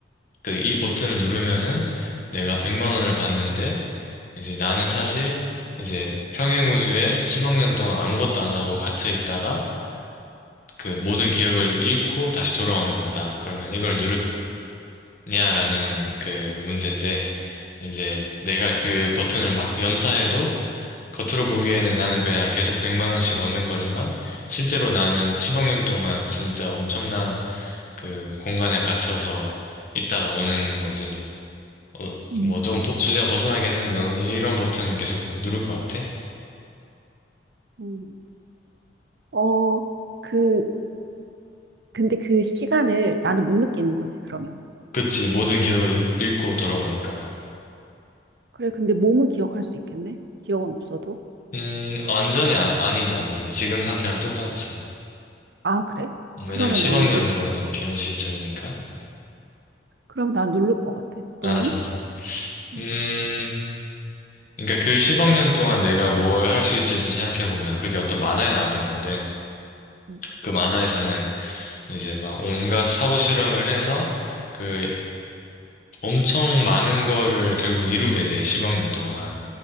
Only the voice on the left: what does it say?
그, 이 버튼을 누르면은 내가 100만 원을 받는데, 이제 나는 사실, 이제 평행 우주에 10억 년 동안 아무것도 안 하고 갇혀 있다가, 그 모든 기억을 잃고 다시 돌아오는 거다. 그러면 이걸 누르겠냐라는 그 문제인데, 이제 내가 그 버튼을 막 연타해도, 겉으로 보기에는 나는 그냥 계속 100만 원씩 얻는 거지만, 실제로 나는 10억 년 동안 진짜 엄청난 그 공간에 갇혀서 있다가 오는 거지. 어,
뭐 조금 보- 주제가 벗어나긴 했는데 넌 이런 버튼은 계속 누를 것 같아?
그치, 모든 기억을 잃- 잃고 돌아오니까.
음, 완전히 아, 니지 아니지. 지금 상태랑 똑같지.
음,
왜냐면 10억
년도
완전 비현실적이니까.
아, 진짜?
음, 그러니까 그 10억 년 동안 내가 뭘 할 수 있을지 생각해보면 그게 어떤 만화에 나왔던 건데,
그 만화에서는 이제 막 온갖 사고 실험을 해서 그 엄청 많은 거를 결국 이루게 돼, 10억 년 동안.